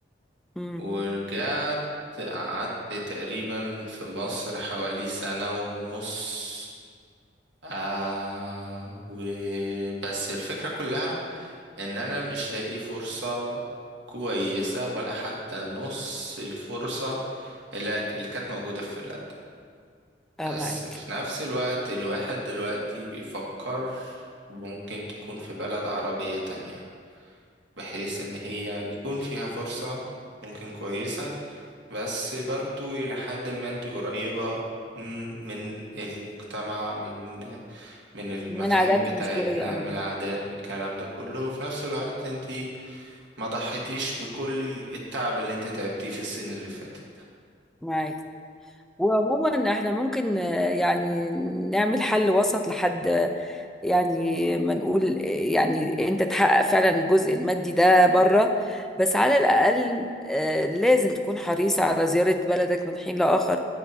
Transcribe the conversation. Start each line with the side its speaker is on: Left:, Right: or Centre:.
Centre: امم
Right: ورجعت قعدت تقريبا في مصر حوالي سنة ونص آه وبس الفكرة كلها ان انا مش لاقي فرصة كويسة ولا حتى نص الفرصة اللي, اللي كانت موجودة في فنلندا
Centre: اه
Right: بس
Centre: معاك
Right: في نفس الوقت الواحد دلوقتي بيفكر ممكن تكون في بلد عربية تانية بحيث ان هي يكون فيها فرصة ممكن كويسة بس برضو إلى حد ما انت قريبة م- من المجتمع من من المفاهيم
Centre: من عاداتهم
Right: بتاعتنا
Centre: شوية اه
Right: من العادات من الكلام ده كله وفي نفس الوقت انت ما ضحيتيش بكل التعب اللي انت تعبتيه في السنين اللي فاتت
Centre: معاك وعموما احنا ممكن آه، يعني نعمل حل وسط لحد يعني ما نقول يعني انت تحقق فعلا الجزء المادي ده بره بس على الأقل آه، لازم تكون حريص على زيارة بلدك من حين لآخر